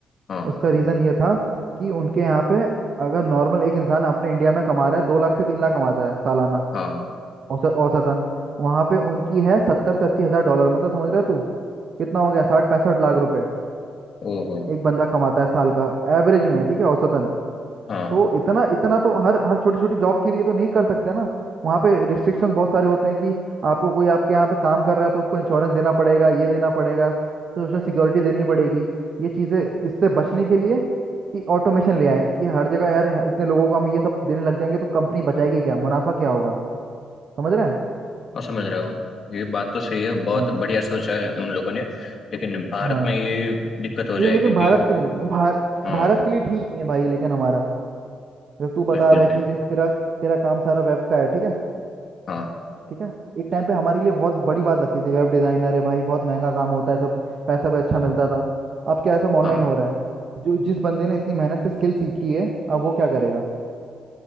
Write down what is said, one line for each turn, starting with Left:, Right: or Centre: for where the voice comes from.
Left: हाँ
Right: उसका रीज़न ये था कि उनके यहाँ पे अगर नॉर्मल एक इंसान अपने इंडिया में कमा रहा है दो लाख से तीन लाख कमाता है सालाना
Left: हाँ
Right: औसत औसतन वहाँ पे उनकी है सत्तर से अस्सी हज़ार डॉलर मतलब समझ रहा है तू कितना हो गया साठ पैंसठ लाख रुपए
Left: ओहो
Right: एक बंदा कमाता है साल का एवरेज में ठीक है औसतन
Left: हाँ
Right: तो इतना इतना तो हर हर छोटी छोटी जॉब के लिए तो नहीं कर सकते ना वहाँ पे रिस्ट्रिक्शंस बहुत सारे होते हैं कि आपको कोई आपके यहाँ पे काम कर रहा है तो उसको इंश्योरेंस देना पड़ेगा ये देना पड़ेगा सोशल सिक्योरिटी देनी पड़ेगी ये चीज़ें इससे बचने के लिए कि ऑटोमेशन ले आए कि हर जगह यार यहाँ इतने लोगों को हम ये सब देने लग जाएंगे तो कंपनी बचाएगी क्या मुनाफा क्या होगा समझ रहे हैं
Left: और समझ रहा हूँ ये बात तो सही है बहुत
Right: हाँ
Left: बढ़िया सोचा है उन लोगों ने लेकिन भारत
Right: हाँ
Left: में ये दिक्कत हो जाएगी
Right: ये लेकिन
Left: कि
Right: भारत के लिए भार,
Left: हाँ
Right: भारत के लिए ठीक नहीं है भाई लेकिन हमारा जैसे तू बता
Left: बिल्कुल
Right: रहा है कि
Left: बिल्कुल
Right: देख तेरा तेरा काम सारा वेब का है ठीक है
Left: हाँ
Right: ठीक है एक टाइम पे हमारे लिए बहुत बड़ी बात लगती थी वेब डिजाइनर है भाई बहुत महंगा काम होता है सब पैसा भी अच्छा मिलता था अब क्या है सब ऑनलाइन
Left: हाँ
Right: हो रहा है जो जिस बंदे ने इतनी मेहनत से स्किल सीखी है अब वो क्या करेगा